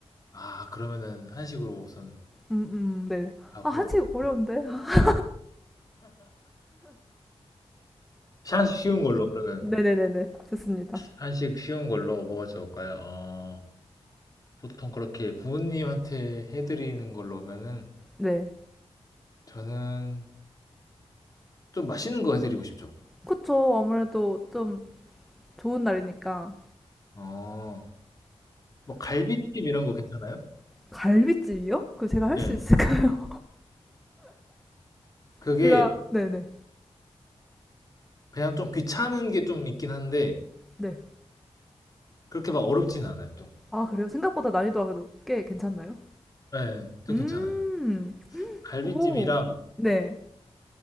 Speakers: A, on the left; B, in the centre.
A: 아, 그러면은 한식으로 우선
B: 음, 음, 네.
A: 하고.
B: 아, 한식 어려운데. <laughs>
A: 한식 쉬운 걸로, 그러면.
B: 네네네네. 좋습니다.
A: 한식 쉬운 걸로 뭐가 좋을까요? 어, 보통 그렇게 부모님한테 해드리는 걸로면은
B: 네.
A: 저는 좀 맛있는 거 해드리고 싶죠.
B: 그쵸. 아무래도 좀 좋은 날이니까.
A: 어, 뭐 갈비찜 이런 거 괜찮아요?
B: 갈비찜이요? 그럼 제가 할
A: 네.
B: 수 있을까요?
A: 그게
B: <laughs> 제가, 네네.
A: 그냥 좀 귀찮은 게 좀 있긴 한데
B: 네.
A: 그렇게 막 어렵진 않아요, 또.
B: 아, 그래요? 생각보다 난이도가 그래도 꽤 괜찮나요?
A: 네, 또
B: 음,
A: 괜찮아요. 갈비찜이랑
B: 오, 네.